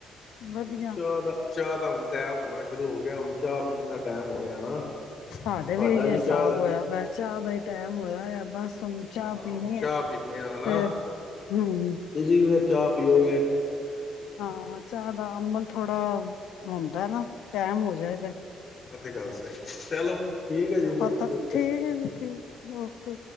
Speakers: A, on the left (about 80°); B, on the left (about 45°).
A: ਵਧੀਆ
B: ਚਲੋ ਚਾਹ ਦਾ ਚਾਹ ਦਾ ਹੁਣ ਟਾਈਮ ਹੋਣਾ ਸ਼ੁਰੂ ਹੋ ਗਿਆ ਹੁਣ ਚਾਹ ਪੀਣ ਦਾ ਟੈਮ ਹੋ ਰਿਹਾ ਹੈ ਨਾ
A: ਸਾਡੇ
B: ਤੁਹਾਡਾ
A: ਵੀ ਹਿਸਾਬ
B: ਚਾਹ ਦਾ
A: ਹੋਇਆ ਮੈਂ ਚਾਹ ਦਾ ਹੀ ਟਾਈਮ ਹੋਇਆ ਹੋਯਾ। ਬਸ ਹੁਣ ਚਾਹ
B: ਹਾਂ
A: ਪੀਣੀ
B: ਹੁਣ ਚਾਹ
A: ਹੈ
B: ਪੀਣੇ ਆ ਹੈ ਨਾ
A: ਤੇ ਹਮ
B: ਤੁਸੀਂ ਵੀ ਫਰ ਚਾਹ ਪੀਓਗੇ
A: ਹਾਂ ਚਾਹ ਦਾ ਅਮਲ ਥੋੜਾ ਹੁੰਦੈ ਨਾ ਟਾਈਮ ਹੋ ਜਾਏਗਾ।
B: ਅ ਤੇ ਗੱਲ ਸਹੀ ਚਲੋ ਠੀਕ ਹੈ ਜੀ ਫ
A: ਪਤਾ
B: ਓਕੇ
A: ਠੀਕ ਹੈ ਜੀ ਠੀਕ ਓਕੇ।